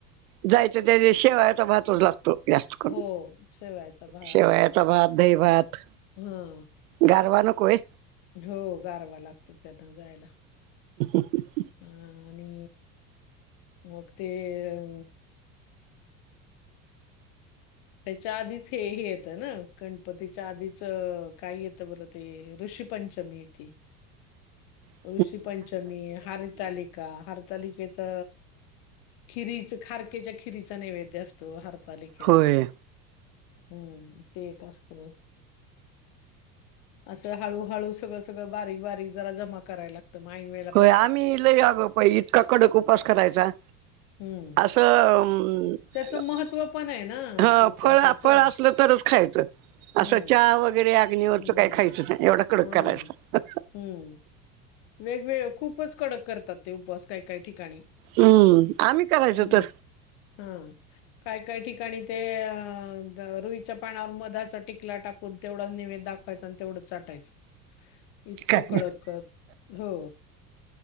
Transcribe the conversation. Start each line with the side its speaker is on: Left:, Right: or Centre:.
Right: जायचं त्या दिव शेवायाचा भातच लागतो जास्त करून
Left: हो शेवयाचा भात.
Right: शेवायाचा भात दही भात
Left: हं
Right: गारवान कोय
Left: हो गारवा लागतो त्यांना जायला
Right: ह
Left: अ आणि मग ते अ त्याच्या आधीच हे हे येतं ना गणपतीच्या आधीच काय येतं बर ते ऋषीपंचमीतील
Right: ह
Left: ऋषी पंचमी, हारतालिका हर तालिकेचा खिरीच खारकेच्या खिरीचा नैवेद्य असतो हरतालिक ला
Right: होय
Left: हम्म ते असतो असं हळूहळू सगळं सगळं बारीक बारीक जरा जमा करायला ला तर म माहिन व
Right: होय आम्ही लय अगो प इतका कडक उपास करायचा
Left: हं,
Right: अस तर
Left: त्याचं महत्त्व पण आहे ना
Right: हा
Left: प- उपवासाचं.
Right: फळ फळ असलं तरच खायचं असं
Left: हं.
Right: चहा वगैरे अग्नीवरच
Left: हम्म
Right: काही खायचं नाही एवढा कडक
Left: हा
Right: करायचा
Left: हम्म वेगवेगळ खूपच कडक करतात ते उपस काही काही ठिकाणी
Right: हम्म आम्ही करायचो
Left: हम्म
Right: तर
Left: हा काय काय ठिकाणी ते अ रुईच्या पानावर मधाचा टिकला टाक पण तेवढा नेहमी दाखवायच आणि तेवढं चाटायचं इतकं
Right: काय
Left: कडकत हो